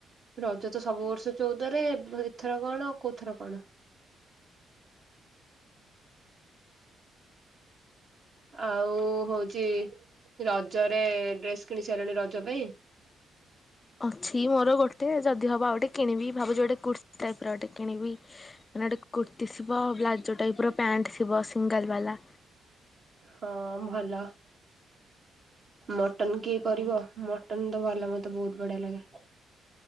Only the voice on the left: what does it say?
ଅଛି ମୋର ଗୋଟେ ଯଦି ହବ ଆ ଗୋଟେ କିଣିବି ଭାବୁଛି ଗୋଟେ କୃତି ଟାଇପ ର ଗୋଟେ କିଣିବି। ମାନେ ଗୋଟେ କୁର୍ତ୍ତିୀ ଥିବ ପ୍ଲାଜୋ ଟାଇପ ର ପ୍ୟାଣ୍ଟ ଥିବ ସିଙ୍ଗଲ ବାଲା।